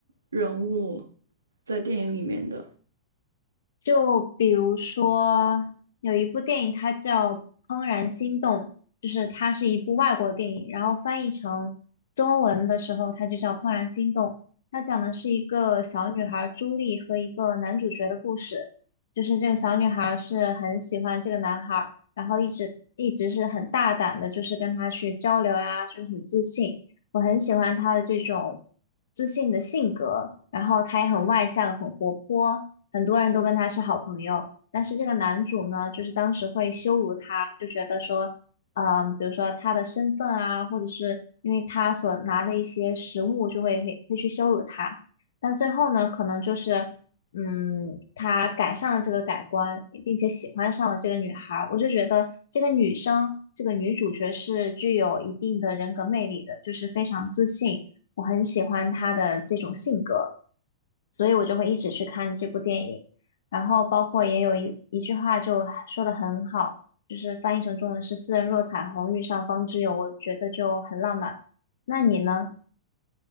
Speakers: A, on the right; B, on the left.
A: 人物在电影里面的。
B: 就比如说，有一部电影，它叫《怦然心动》，就是它是一部外国电影，然后翻译成中文的时候，它就叫《怦然心动》。它讲的是一个小女孩朱莉和一个男主角的故事，就是这个小女孩是很喜欢这个男孩儿，然后一直一直是很大胆的，就是跟他去交流呀、就是很自信。我很喜欢他的这种自信的性格，然后他也很外向，很活泼，很多人都跟他是好朋友。但是这个男主呢，就是当时会羞辱他，就觉得说，嗯，比如说他的身份啊，或者是因为他所拿的一些食物，就会会会去羞辱他。但最后呢，可能就是嗯，他改善了这个改观，并且喜欢上了这个女孩儿，我就觉得这个女生，这个女主角是具有一定的人格魅力的，就是非常自信，我很喜欢她的这种性格，所以我就会一直去看这部电影。然后包括也有一一句话就说的很好，就是翻译成中文是“斯人若彩虹，遇上方知有”，我觉得就很浪漫。那你呢？